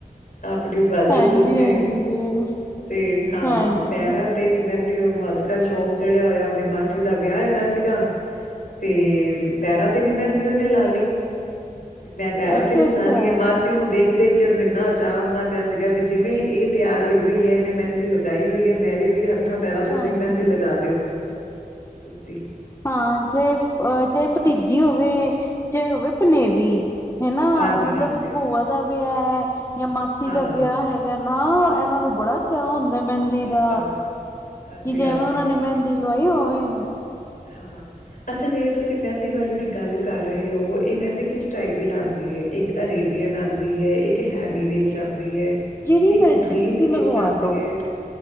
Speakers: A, on the left; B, on the left.
A: ਆਪਣੀ ਬਾਜੂ
B: ਹਾਂਜੀ-ਹਾਂਜੀ,
A: ਤੋਂਤੇ ਤੇ ਹਾਂ
B: ਹਾਂਜੀ,
A: ਪੈਰਾਂ
B: ਅੱਛਾ-ਅੱਛਾ, ਹਾਂਜੀ।
A: ਤੇ ਵੀ ਮਹਿੰਦੀ ਉਹਨੂੰ ਅੱਜ ਕੱਲ੍ਹ ਸ਼ੌਂਕ ਚਿੜਿਆ ਹੋਇਆ ਉਹਦੀ ਮਾਸੀ ਦਾ ਵਿਆਹ ਹੈਗਾ ਸੀਗਾ ਤੇ ਪੈਰਾਂ ਤੇ ਵੀ ਮਹਿੰਦੀ ਉਹਨੇ ਲਾ ਲਈ ਵੀ ਮੈਂ ਪੈਰਾਂ
B: ਅੱਛਾ
A: ਤੇ ਵੀ ਲਾਣੀੀ
B: ਅੱਛਾ,
A: ਆ ਮਾਸ ਨੂੰ ਦੇਖ ਦੇਖ ਕੇ ਉਹਨੂੰ ਇੰਨਾ ਅਚਾ ਆਉਂਦਾ ਪਿਆ ਸੀਗਾ ਵੀ ਜਿਵੇਂ ਇਹ ਤਿਆਰ ਹੋਈ ਹੋਈ ਹੈ ਇਹਨੇ ਮਹਿੰਦੀ ਲੱਗੀ ਲਗਾਈ ਹੋਈ ਹੈ ਮੇਰੀ ਵੀ ਹੱਥਾਂ ਪੈਰਾਾਂ ਤੇ
B: ਹਾਂਜੀ
A: ਉਵੇਂ ਮਹਿੰਦੀ ਲਗਾ ਦਿਓ ਤੁਸੀਂ
B: ਹਾਂ ਜੇ ਅਹ ਜੇ ਭਤੀਜੀ ਹੋਵੇ ਚਾਹੇ ਹੋਵੇ ਭਨੇਵੀ ਹਨਾ
A: ਹਾਂਜੀ-ਹਾਂਜੀ
B: ਮਤਲਬ ਭੂਆ ਦਾ ਵਿਆਹ ਹੈ ਜਾਂ ਮਾਸੀ
A: ਹਾਂ-ਹਾਂ।
B: ਦਾ ਵਿਆਹ ਹੈਗਾ ਨਾ ਇਹਨਾਂ ਨੂੰ ਬੜਾ ਚਾਅ ਹੁੰਦਾ ਮਹਿੰਦੀ
A: ਬੜਾ
B: ਦਾ
A: ਚਾਅ ਹੁੰਦਾ ਹਾਂਜੀ-ਹਾਂਜੀ
B: ਕਿ ਜਿਵੇਂ ਉਹਨਾ ਨੇ ਮਹਿੰਦੀ ਲਵਾਈ ਓਵੇਂ ਉਹਨੂੰ
A: ਹਾਂ ਅੱਛਾ ਜਿਹੜੀ ਤੁਸੀਂ ਮਹਿੰਦੀ ਵਾਲੀ ਦੀ ਗੱਲ ਕਰ ਰਹੇ ਹੋ ਇਹ ਮਹਿੰਦੀ ਕਿਸ ਟਾਈਪ ਦੀ ਲਾਉਂਦੀ ਏ ਇੱਕ ਅਰੇਬੀਅਨ ਆਉਂਦੀ ਹੈ ਇੱਕ ਹੈਵੀ ਵਿੱਚ ਆਉਂਦੀ ਹੈ
B: ਜਿਹੜੀ
A: ਇੱਕ
B: ਮਰਜ਼ੀ
A: ਬਰੀਕ
B: ਤੁਸੀਂ
A: ਵਿੱਚ
B: ਲਗਵਾ
A: ਆਉਂਦੀ
B: ਲਓ
A: ਹੈ